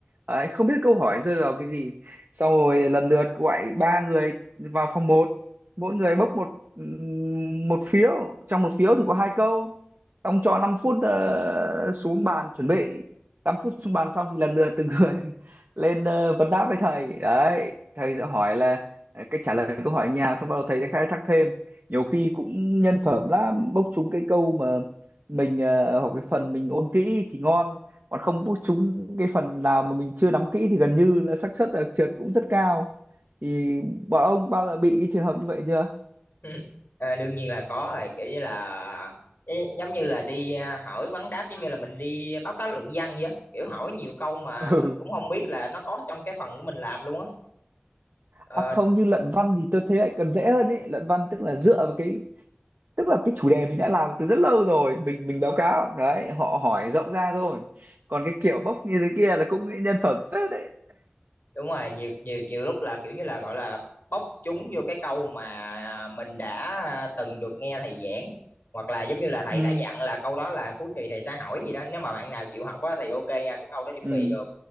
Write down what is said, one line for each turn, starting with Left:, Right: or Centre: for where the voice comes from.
Right: Đấy, không biết câu hỏi rơi vào cái gì xong rồi lần lượt gọi ba người vào phòng một mỗi người bốc một ừm, một phiếu trong một phiếu thì có hai câu ông cho 5 phút ờ, xuống bàn chuẩn bị 5 phút xuống bàn xong thì lần lượt từng người <laughs> lên ờ, vấn đáp với thầy đấy thầy sẽ hỏi là cái trả lời câu hỏi nhà xong bắt đầu thầy sẽ khai thác thêm nhiều khi cũng nhân phẩm lắm bốc trúng cái câu mà mình ờ, hoặc cái phần mình ôn kỹ thì ngon còn không bốc trúng cái phần nào mà mình chưa nắm kỹ thì gần như là xác suất là trượt cũng rất cao thì bọn ông bao giờ bị cái trường hợp như vậy chưa
Left: <laughs> Ờ, đương nhiên là có rồi kiểu như là ý- giống như là đi ờ, hỏi vấn đáp giống như là mình đi báo cáo luận văn vậy á. kiểu hỏi nhiều câu mà
Right: <laughs> ừ.
Left: mình cũng không biết là nó có trong cái phần của mình làm luôn á Ờ,
Right: à không như luận văn thì tôi thấy lại còn dễ hơn ấy luận văn tức là dựa vào cái tức là cái chủ đề mình đã làm từ rất lâu rồi mình mình báo cáo đấy họ hỏi rộng ra thôi còn cái kiểu bốc như thế kia là cũng nhân phẩm phết đấy
Left: đúng rồi nhiều nhiều nhiều lúc là kiểu như là gọi là bóc chúng vô cái câu mà mình đã à, từng được nghe thầy giảng hoặc là giống như là thầy
Right: ừ
Left: đã dặn là câu đó là cuối kỳ thầy sẽ hỏi gì đó nếu mà bạn nào chịu học á thì ok nha cái câu đó chuẩn
Right: ừ
Left: bị được